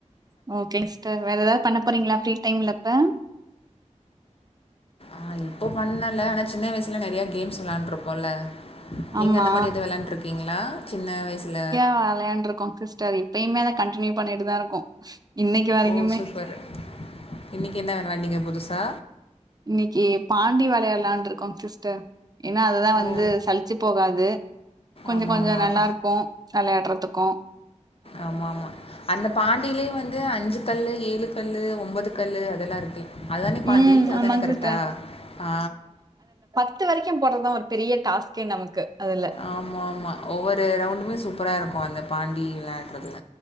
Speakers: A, on the right (about 30°); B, on the left (about 50°).
A: ஓகேங்க சி்ஸ்டர் வேற எதாது பண்ண போறீங்களா ஃபிரி டைம்ல இப்ப
B: ஆனா இப்போ பண்ணல ஆனா சின்ன வயசுல நெறைய கேம்ஸ் விளான்ட்டுருப்போல நீங்க
A: ஆமா
B: அந்த மாரி எது விளாண்ட்ருக்கீங்ளா சின்ன வயசுல
A: ஆ வெளயான்ட்ருக்கோ சிஸ் சரி இப்பயுமே அத கன்டின்யூ பண்ணிட்டுதா இருக்கோ இன்னைக்கு வரைக்குமே
B: ஓ சூப்பரு இன்னைக்கு என்ன வெலாட்னீங்க புதுசா
A: இன்னைக்கு பாண்டி வெளயாட்லான்ருக்கோ சிஸ்டர் ஏன்னா அதுதா வந்து
B: ஓ
A: சலிச்சு போகாது கொஞ்சோ
B: ஆமாம்
A: கொஞ்சோ
B: ஆமாம்
A: நல்லாருக்கு வெளாட்றதுக்கு
B: ஆமா ஆமா அந்த பாண்டிலயு வந்து அஞ்சு கல்லு ஏழு கல்லு ஒம்பது கல்லு அதெல்லா இருக்கு அதானே பாண்டி
A: ம்
B: அதானே
A: ஆமாங்க
B: கரெக்டா
A: சிஸ்டர்
B: ஆ
A: பத்து வரைக்கு போறதுதா ஒரு பெரிய டாஸ்கே நமக்கு அதுல
B: ஆம்மா ஆம்மா ஒவ்வொரு ரவுண்டுமே சூப்பரா இருக்கு அந்த பாண்டி விளாடுறதுல